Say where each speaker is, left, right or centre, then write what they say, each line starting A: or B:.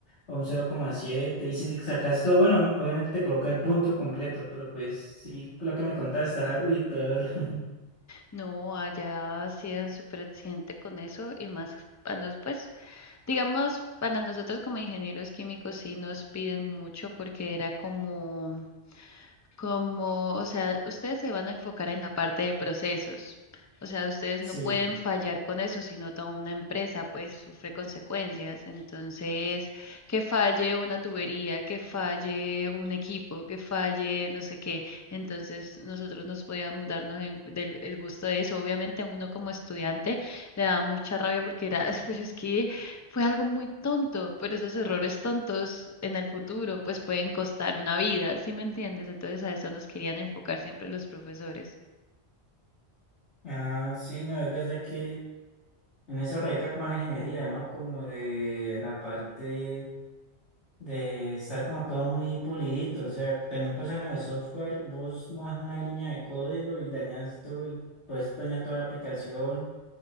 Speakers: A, on the left; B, on the left.
A: o un cero coma siete y si sacas todo bueno, em, obviamente te coloca el punto completo, pero pues sí, lo que me contaste está, uy, peor. <laughs>
B: No, allá sí eran súper exigente con eso y más para nos, pues, digamos, para nosotros como ingenieros químicos sí nos piden mucho porque era como como, o sea, ustedes se van a enfocar en la parte de procesos. O sea, ustedes
A: Sí,
B: no pueden fallar con eso, sino toda una empresa pues sufre consecuencias. Entonces, que falle una tubería, que falle un equipo, que falle no sé qué. Entonces, nosotros nos podíamos darnos en- del- el gusto de eso. Obviamente, uno como estudiante le da mucha rabia porque era, <laughs> pero es que fue algo muy tonto, pero esos errores tontos en el futuro pues pueden costar una vida, ¿sí me entiendes? Entonces a eso nos querían enfocar siempre los profesores.
A: ah, sí, no, es verdad que en eso radica como la ingeniería, ¿no? Como de la parte de estar como todo muy pulidito. O sea, también pasa en lo de software, vos mojas una línea de código y dañas todo el, puedes dañar toda la aplicación.